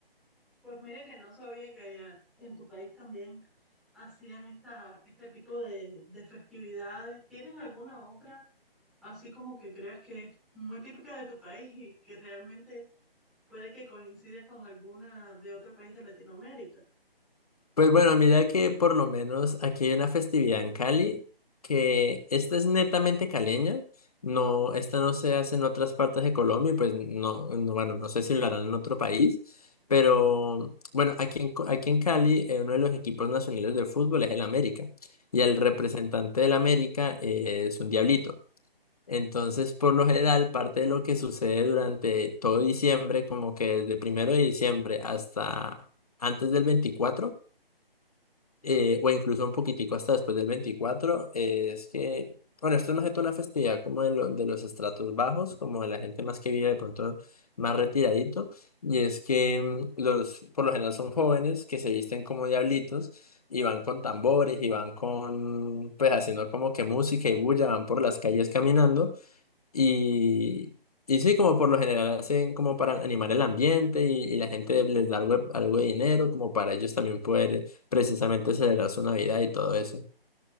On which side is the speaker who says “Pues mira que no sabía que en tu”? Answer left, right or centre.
Centre